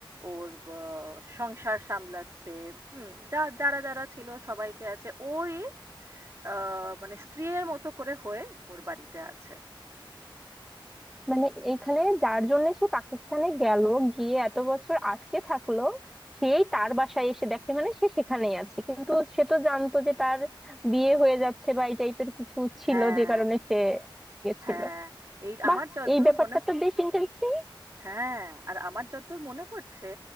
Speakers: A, on the right; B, in the centre.
A: ওর আহ সংসার সামলাচ্ছে, হম যা যারা যারা ছিল সবাইকে আছে ওরই আহ মানে স্ত্রীয়ের মতো করে হয়ে ওর বাড়িতে আছে।
B: মানে এইখানে যার জন্য সে পাকিস্তানে গেল গিয়ে এত বছর আটকে থাকলো সেই তার বাসায় এসে দেখে মানে সে সেখানেই আছে কিন্তু সে তো জানতো যে তার বিয়ে হয়ে যাচ্ছে বা এই টাইপের কিছু ছিল
A: হ্যাঁ,
B: যে কারণে সে গেছিল
A: হ্যাঁ, এই
B: বাহ
A: আমার যতদূর
B: এই ব্যাপারটা
A: মনে
B: তো বেশ ইন্টারেস্টিং
A: হ্যাঁ, আর আমার যতদূর মনে পড়ছে